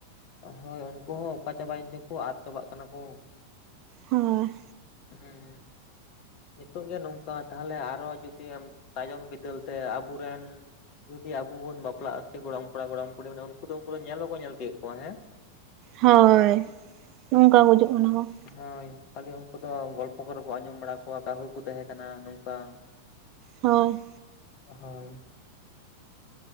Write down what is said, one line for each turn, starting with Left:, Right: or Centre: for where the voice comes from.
Left: ᱦᱳᱭ ᱩᱱᱠᱩ ᱦᱚᱸ ᱚᱠᱟ ᱪᱟᱵᱟᱭᱮᱱ ᱪᱚᱠᱩ ᱟᱫ ᱪᱟᱵᱟᱜ ᱠᱟᱱᱟ ᱠᱚ ᱾
Right: ᱦᱚᱭ,
Left: ᱦᱩᱸ ᱱᱤᱛᱚᱜ ᱜᱮ ᱱᱚᱝᱠᱟ ᱛᱟᱦᱞᱮ ᱟᱨᱚ ᱡᱩᱫᱤ ᱛᱟᱭᱚᱢ ᱵᱤᱫᱟᱹᱞᱛᱮ ᱟᱵᱚᱨᱮᱱ ᱡᱩᱫᱤ ᱟᱵᱩ ᱵᱚᱱ ᱵᱟᱯᱞᱟᱜᱼᱟ ᱥᱮ ᱜᱚᱲᱚᱢ ᱠᱚᱲᱟ ᱜᱚᱲᱚᱢ ᱠᱩᱲᱤ ᱢᱟᱱᱮ ᱩᱱᱠᱩ ᱫᱚ ᱩᱱᱠᱩ ᱫᱚ ᱧᱮᱞ ᱵᱟᱠᱚ ᱧᱮᱞ ᱛᱤᱭᱟᱹᱜ ᱠᱚᱣᱟ ᱦᱮᱸ?
Right: ᱦᱳᱭ, ᱱᱚᱝᱠᱟ ᱜᱩᱡᱩᱜ ᱠᱟᱱᱟ ᱠᱚ ᱾
Left: ᱦᱳᱭ ᱠᱷᱟᱞᱤ ᱩᱱᱠᱩ ᱫᱚ ᱜᱚᱞᱯᱚ ᱠᱚᱨᱮ ᱠᱚ ᱟᱸᱡᱚᱢ ᱵᱟᱲᱟ ᱠᱚᱣᱟ, ᱠᱟᱹᱦᱩ ᱠᱚ ᱛᱟᱦᱮᱸ ᱠᱟᱱᱟ ᱱᱚᱝᱠᱟ
Right: ᱦᱳᱭ᱾
Left: ᱦᱳᱭ᱾